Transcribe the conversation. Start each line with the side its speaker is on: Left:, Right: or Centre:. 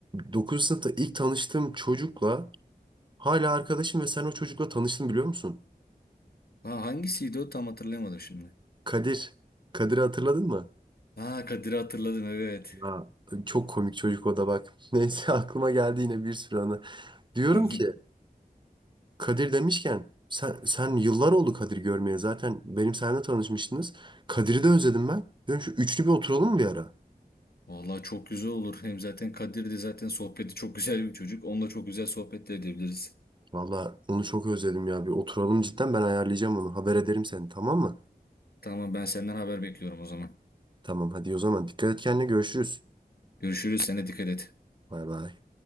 Right: 9. sınıfta ilk tanıştığım çocukla Hala arkadaşım ve sen o çocukla tanıştın biliyor musun?
Left: Ha, hangisiydi o tam hatırlayamadım şimdi.
Right: Kadir. Kadir'i hatırladın mı?
Left: Ha Kadir'i hatırladım evet.
Right: Ya, çok komik çocuk o da bak. <laughs> Neyse aklıma geldi yine bir sürü anı. Diyorum
Left: <laughs>
Right: ki Kadir demişken sen, sen yıllar oldu Kadir görmeye zaten benim seninle tanışmıştınız. Kadir'i de özledim ben. Diyorum şu üçlü bir oturalım mı bir ara?
Left: Vallahi çok güzel olur. Hem zaten Kadir de zaten sohbeti çok güzel bir çocuk. Onunla çok güzel sohbet de edebiliriz.
Right: Valla onu çok özledim ya bir oturalım cidden ben ayarlayacağım onu. Haber ederim seni tamam mı?
Left: Tamam ben senden haber bekliyorum o zaman.
Right: Tamam hadi o zaman dikkat et kendine görüşürüz.
Left: Görüşürüz. Sen dikkat et.
Right: Bay bay.